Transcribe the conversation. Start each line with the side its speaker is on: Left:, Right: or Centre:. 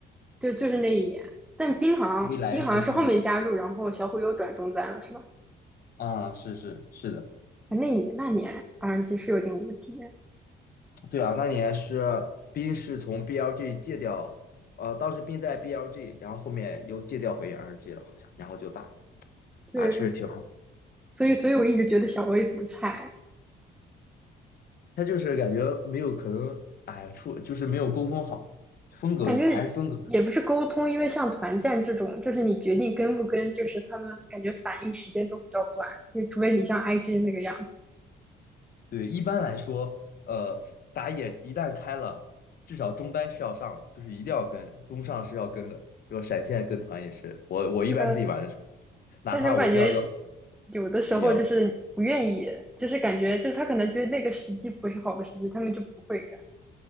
Centre: 就就是那一年。但冰好像冰好像是后面加入，
Left: ，V 来守护者
Centre: 然后小虎又转中单了，是吧？
Left: 啊，是是是的，
Centre: 啊那一年那年 RNG 是有点无敌。
Left: 对啊，那年是冰是从 BLG 戒掉，呃，当时冰在 BLG，然后后面又戒掉回 RNG 了，好像，然后就打
Centre: 对，
Left: 打确实挺好。
Centre: 所以所以我一直觉得小威不菜，
Left: 他就是感觉没有可能，哎呀，出就是没有沟通好，风格还是风格。
Centre: 感觉也不是沟通，因为像团战这种，就是你决定跟不跟，就是他们感觉反应时间都比较短，就除非你像 IG 那个样子。
Left: 对，一般来说，呃，打野一旦开了，至少中单是要上的，就是一定要跟，中上是要跟的，然后闪现跟团也是。我我一般自己玩的时候，
Centre: 对啊，
Left: 哪怕我知道要
Centre: 但是我感觉有的时候就是不愿意，
Left: 也要跟。
Centre: 就是感觉就是他可能觉得那个时机不是好的时机，他们就不会跟，